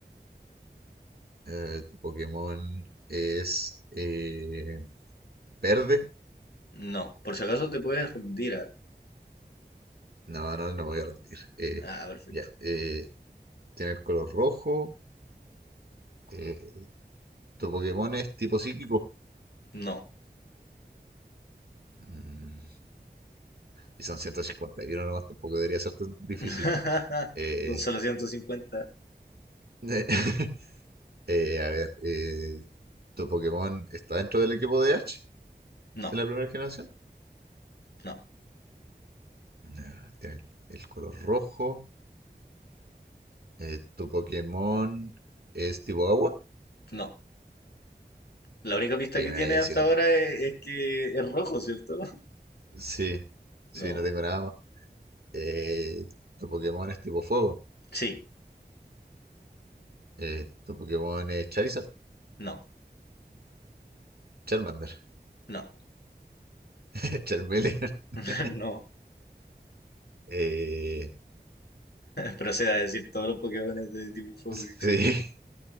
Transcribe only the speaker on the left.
no. Por si acaso te puedes rendir a...
Ah, perfecto.
No.
<laughs>
Son solo 150.
No,
no,
no. La única pista
que
tiene
hasta
ahora
es, es que es rojo, ¿cierto? <laughs>
No.
Sí,
no,
no,
<laughs>
no.
proceda a decir todos los Pokémones de tipo fuego
que existen.